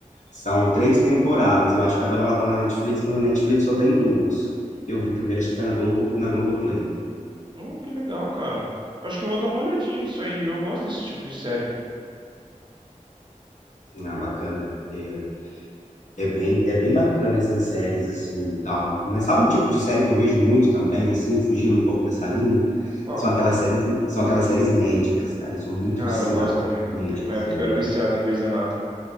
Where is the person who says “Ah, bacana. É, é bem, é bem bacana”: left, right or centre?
Left